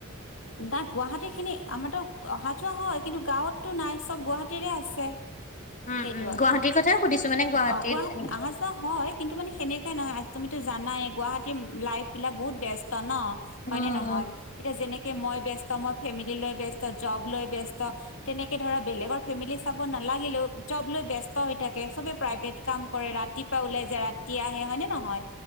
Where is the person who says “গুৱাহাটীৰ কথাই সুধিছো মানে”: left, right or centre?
Left